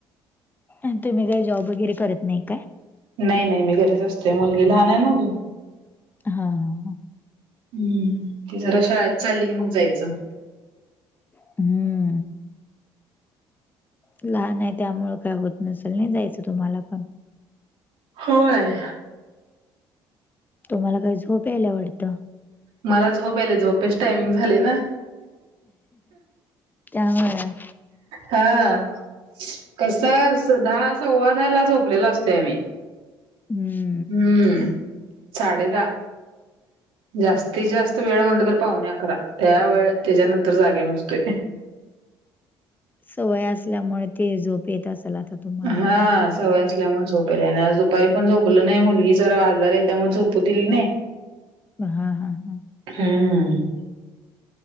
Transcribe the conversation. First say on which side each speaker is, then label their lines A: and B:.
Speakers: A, on the left (about 20°); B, on the right (about 80°).
A: अन् तुम्ही काही जॉब वगैरे करत नाही काय?
B: नाही नाही मी घरीच असतोय, मुलगी लहान आहे ना अजून.
A: हा हा.
B: हम्म, ती जरा शाळेत चालली की मग जायचं.
A: हम्म. लहान आहे त्यामुळं काय होत नसल नाही जायचं तुम्हाला पण.
B: होय.
A: तुम्हाला काय झोप याला वाडतं.
B: मला झोप याला झोपेचं टायमिंग झालय ना.
A: त्यामुळं.
B: हां. कसं दहा सव्वा दहा ला झोपलेलं आसतोय आम्ही.
A: हम्म.
B: हम्म,, साडेधा जास्तीत जास्त वेळ म्हटलं तर पावणे अकरा, त्या वेळ त्याच्यानंतर जागे नसतोय.
A: सवय असल्यामुळे ते झोप येत असल आता. तुम्हाला
B: हा सवय असल्यामुळं झोप आणि आज दुपारी पण झोपलं नाही, मुलगी जरा आजारी हाय त्यामुळं झोपू दिली नाही,
A: हा हा हा.
B: हम्म्म.